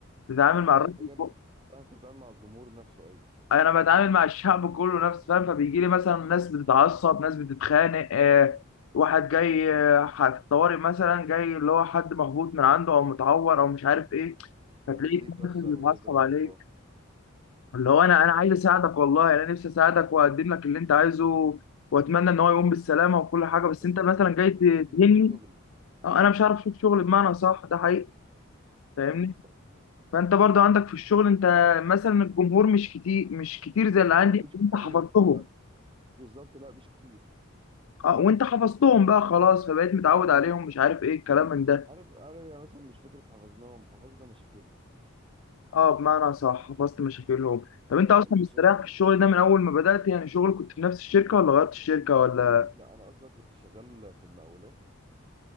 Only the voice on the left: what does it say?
بتتعامل مع
الراس
اللي فوق
انا بتعامل مع الشعب كله نفسه فاهم فبيجي لي مثلا ناس بتتعصب ناس بتتخانق آه، واحد جاي آه، ح- في الطوارئ مثلا جاي اللي هو حد مخبوط من عنده او متعور او مش عارف ايه
فتلاقيه
بيتعصب
عليك
اللي هو انا
انا عايز
اساعدك والله يعني انا نفسي اساعدك واقدم لك اللي انت عايزه واتمنى ان هو يقوم بالسلامه وكل حاجه بس
انت مثلا جاي ت-
تهني
اه انا مش عارف اشوف شغل بمعنى صح ده حقيقي فاهمني
فانت برضو عندك في الشغل انت مثلا الجمهور مش كتير مش كتير زي اللي عندي
انت حفظتهم
اه وانت حفظتهم بقى خلاص فبقيت متعود عليهم مش عارف ايه الكلام من ده
اه بمعنى صح حفظت مشاكلهم طب انت
اصلا
مستريح في الشغل
ده من اول
ما بدأت يعني شغل كنت في نفس الشركة ولا غيرت الشركة ولا